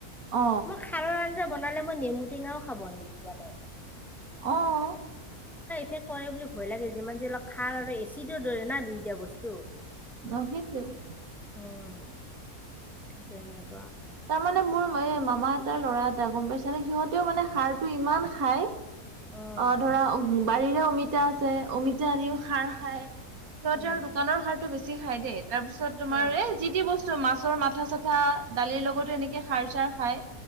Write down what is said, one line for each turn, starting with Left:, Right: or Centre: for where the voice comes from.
Right: অ
Centre: মই খাৰৰ আঞ্জা বনালে মই নেমু টেঙাও খাব নিদো জানে
Right: আহ
Centre: হে কৰে বুলি ভয় লাগে যিমান যে অলপ খাৰ আৰু এচিট দৰে না দুইটা বস্তু।
Right: নহেটোৱ?
Centre: উম তেনেকে।
Right: তাৰমানে মোৰ এ মামা এটাৰ লৰা এটা গম পাইছানে সিহঁতেও মানে সাৰটো ইমান খাই।
Centre: উম
Right: অ ধৰা বাৰীৰে অমিতা আছে অমিতা আনিও খাৰ খাই। সিহঁতে
Centre: উম
Right: আৰু দোকানৰ শাৰতটো বেছি খাই দেই তাৰ পিছত তোমাৰ
Centre: অ
Right: এ যি টি বস্তু মাছৰ মাথা চাথা। দালিৰ লগতো এনেকৈ সাৰ চাৰ। খাই